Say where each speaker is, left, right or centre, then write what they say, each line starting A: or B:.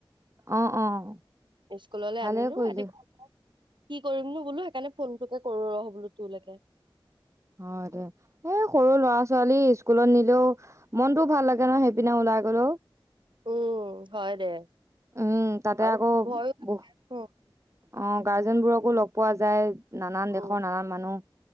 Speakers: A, on the right (about 35°); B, on the right (about 65°).
A: অ', অ',
B: স্কুললৈ
A: ভালে
B: আনিলো
A: কৰিলি।
B: আদি কি কৰিম নো বোলাে, সেইকাৰণে ফোনটোকে কৰো ৰহ বোলো তুলেকে
A: হয় দে এ সৰু ল'ৰা, ছোৱালী স্কু স্কুলত নিলেও, মনটো ভাল লাগে ন, সেইপিনে ওলাই গলেও।
B: উম হয় দে।
A: উম, তাতে
B: আৰু
A: আকৌ
B: ভয়ো লাগে
A: বহ অ, গাৰ্জেনবোৰকো লগ পোৱা যায়। নানান দেশৰ,
B: উম
A: নানান মানুহ